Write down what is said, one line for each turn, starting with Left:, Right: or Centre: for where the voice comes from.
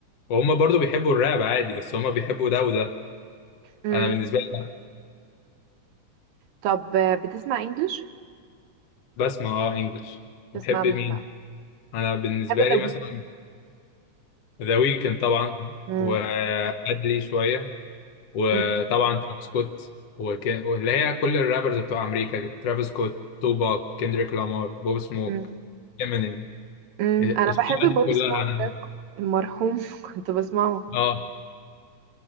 Left: وهم برضو بيحبوا الراب عادي بس هم بيحبوا ده وده
Right: مم.
Left: انا بالنسبه لي
Right: طب آه، بتسمع انجلش
Left: بسمع اه انجلش
Right: تسمع
Left: بتحب
Right: مين
Left: مين
Right: بقى
Left: انا بالنسبه
Right: بحب ذا
Left: لي
Right: ويك
Left: مثلا ذا ويكند طبعا
Right: مم.
Left: وأدلي شوية وطبعا
Right: مم.
Left: ترافيس سكوت وك... واللي هي كل الرابرز بتوع أمريكا ترافيس سكوت توباك كيندريك لامار بوب سموك
Right: مم.
Left: امينيم
Right: مم.
Left: الشبكة
Right: انا بحب
Left: دي
Right: بوب
Left: كلها
Right: سموك
Left: أنا
Right: ده المرحوم <laughs> كنت بسمعه
Left: اه